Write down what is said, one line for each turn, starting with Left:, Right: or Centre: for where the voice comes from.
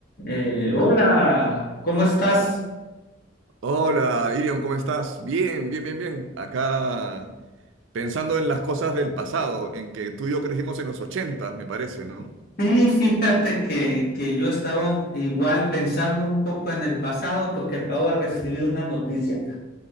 Left: Eh, hola, ¿cómo estás?
Right: Hola, Irion, ¿cómo estás? Bien, bien, bien, bien. Acá pensando en las cosas del pasado, en que tú y yo crecimos en los 80, me parece, ¿no?
Left: Sí, fíjate que, que yo estaba un- igual pensando un poco en el pasado porque acabo de recibir una noticia.